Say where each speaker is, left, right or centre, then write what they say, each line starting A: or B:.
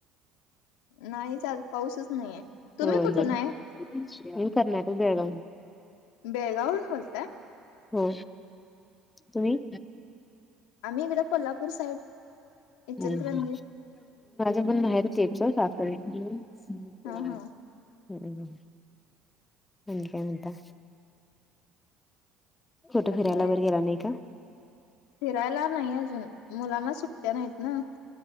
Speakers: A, on the left; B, on the left.
A: नाहीच आज पाऊसच नाहीये, तुम्ही
B: होय
A: कुठून
B: होय
A: आहे?
B: मी कर्नाटक बेळगाव
A: बेळगावहून बोलताय.
B: हो तुम्ही.
A: आम्ही ईकड कोल्हापूर साईड. इचलकरंजी
B: हम् माझ्या पण माहेर तेच साखळी होय.
A: हा हा
B: हम्म आणि काय म्हणता. फोटो
A: आता
B: फिरायला
A: काय
B: वर गेला नाही का?
A: फिरायला नाही अजून, मुलांना सुट्टया नाहीत ना.